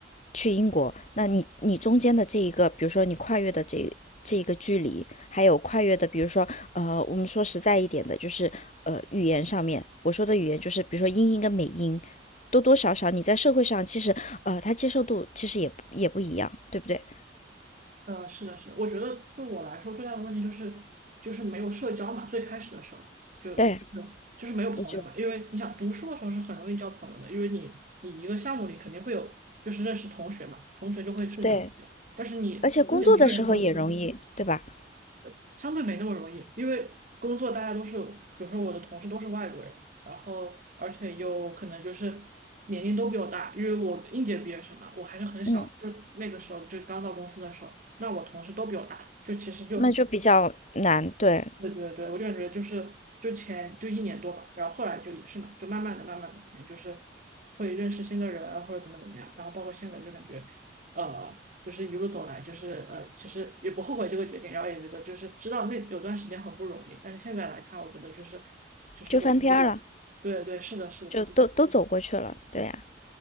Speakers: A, on the left; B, on the right.
A: 去英国，那你你中间的这一个，比如说你跨越的这这一个距离，还有跨越的，比如说呃，我们说实在一点的，就是呃，语言上面，我说的语言就是比如说英音跟美音，多多少少你在社会上其实呃，它接受度其实也不也不一样，对不对？
B: 呃，是的，是的，我觉得对我来说最大的问题就是就是没有社交嘛，最开始的时候就就是就是没有朋友嘛，
A: 对，我觉得
B: 因为你想读书的时候是很容易交朋友的，因为你你一个项目里肯定会有就是认识同学嘛，同学就会是你的朋友，
A: 对，
B: 但是你真的一个人到一个地方。
A: 而且工作的时候也容易，对吧？
B: 呃相对没那么容易，因为工作大家都是，比如说我的同事都是外国人，然后而且又可能就是年龄都比我大，因为我应届毕业生嘛，我还是很小，
A: 嗯，
B: 就那个时候就刚到公司的时候，那我同事都比我大，就其实就
A: 那就比较难，对。
B: 对对对，我就感觉就是就前就一年多吧，然后后来就也是嘛，就慢慢的、慢慢的，肯定就是会认识新的人啊或者怎么怎么样，然后包括现在就感觉，呃，就是一路走来，就是呃，其实也不后悔这个决定，然后也觉得就是知道那有段时间很不容易，但是现在来看，我觉得就是就是我，
A: 就翻篇儿了，
B: 对对，是的，是的，
A: 就都都走过去了。对呀，